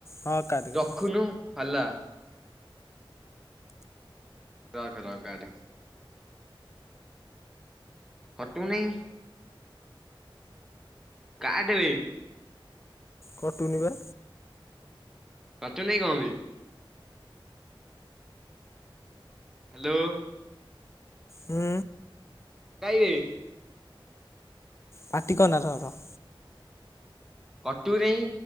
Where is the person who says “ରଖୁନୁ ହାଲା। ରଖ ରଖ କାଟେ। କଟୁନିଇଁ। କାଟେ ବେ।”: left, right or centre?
Centre